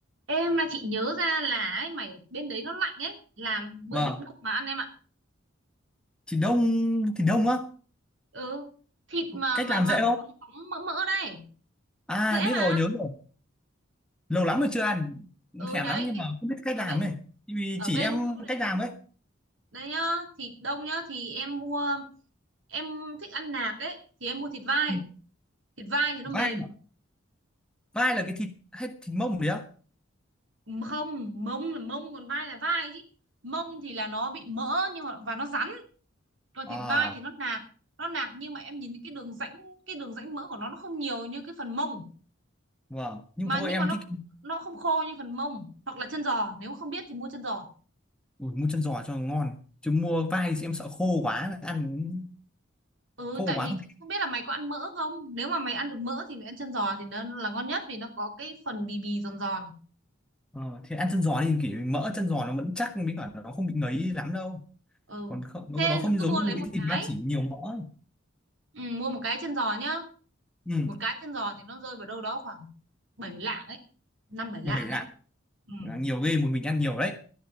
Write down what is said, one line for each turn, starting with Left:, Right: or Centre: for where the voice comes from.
Right: Ê, hôm nay chị nhớ ra là ấy, mày bên đấy nó lạnh ấy, làm bữa
Centre: Vâng,
Right: thịt luộc mà ăn em ạ.
Centre: thì đông thì đông á.
Right: Ừ, thịt mà
Centre: Cách
Right: mà
Centre: làm
Right: mà
Centre: dễ không?
Right: bóng bóng mỡ mỡ đây,
Centre: À
Right: dễ
Centre: biết
Right: mà.
Centre: rồi, nhớ rồi. Lâu lắm rồi chưa ăn, cũng
Right: Ừ
Centre: thèm
Right: đấy,
Centre: lắm nhưng
Right: cái,
Centre: mà không biết cách
Right: ở
Centre: làm
Right: bên
Centre: ấy. Thì vì
Right: ở
Centre: chỉ
Right: bên
Centre: em
Right: chỗ đấy
Centre: cách
Right: lạnh.
Centre: làm ấy.
Right: Đây nhá, thịt đông nhá thì em mua em thích ăn nạc ấy thì em mua thịt vai.
Centre: Ừ.
Right: Thịt vai thì nó
Centre: Vai
Right: mềm,
Centre: à? Vai là cái thịt hay thịt mông đấy á?
Right: không, mông là mông còn vai là vai chứ. Mông thì là nó bị mỡ nhưng mà và nó rắn, còn thịt
Centre: À,
Right: vai thì nó nạc, nó nạc nhưng mà em nhìn cái đường rãnh cái đường rãnh mỡ của nó nó không nhiều như cái phần mông
Centre: vâng. Nhưng
Right: mà
Centre: mà
Right: nhưng
Centre: thôi em
Right: mà nó
Centre: thích
Right: nó không khô như phần mông hoặc là chân giò nếu không biết thì mua chân giò
Centre: Ui, mua chân giò cho ngon. Chứ mua vai thì em sợ khô quá, ăn
Right: ừ
Centre: khô
Right: tại
Centre: quá
Right: vì
Centre: không.
Right: chị không biết là mày có ăn mỡ không nếu mà mày ăn được mỡ thì mày ăn chân giò thì nó là ngon nhất vì nó có cái phần bì bì giòn giòn
Centre: Ờ, thì ăn chân giò đi kiểu mỡ chân giò nó vẫn chắc với cả nó không bị ngấy lắm đâu.
Right: ừ
Centre: Còn không,
Right: thế
Centre: nó, nó không
Right: cứ
Centre: giống
Right: mua lấy
Centre: như
Right: một
Centre: cái
Right: cái
Centre: thịt ba chỉ nhiều mỡ. ấy.
Right: ừ, mua một cái chân giò nhá
Centre: Ừ,
Right: một cái chân giò thì nó rơi vào đâu đó khoảng 7 lạng ấy năm bảy
Centre: bởi
Right: lạng
Centre: là
Right: ấy ừ.
Centre: Bởi nhiều ghê một mình ăn nhiều đấy.